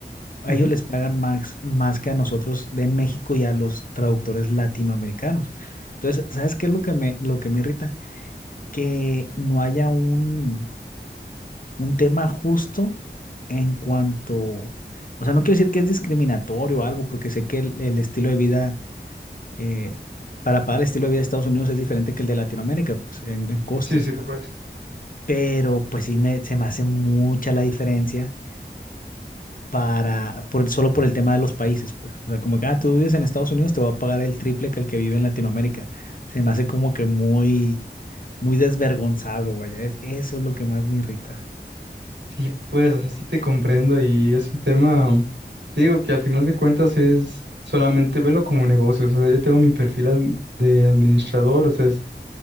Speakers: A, on the left; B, on the right.
A: a
B: ujú.
A: ellos les pagan más, más que a nosotros de en México y a los traductores latinoamericanos. Entonces, ¿sabes qué es lo que me, lo que me irrita? Que no haya un, un tema justo en cuanto, o sea, no quiero decir que es discriminatorio o algo, porque sé que el, el estilo de vida, eh, para pagar el estilo de vida de Estados Unidos es diferente que el de Latinoamérica, pues en, en costes,
B: Sí, sí, pues.
A: pero pues sí me, se me hace mucha la diferencia para, por, el- solo por el tema de los países, pues. O sea, como que, ah, tú vives en Estados Unidos, te va a pagar el triple que el que vive en Latinoamérica. Se me hace como que muy, muy desvergonzado, vaya. Es, eso es lo que más me irrita.
B: Sí, pues así te comprendo y es un tema, um, te digo que al final de cuentas es solamente velo como negocio. O sea, yo tengo mi perfil ad- de administrador, o sea, es-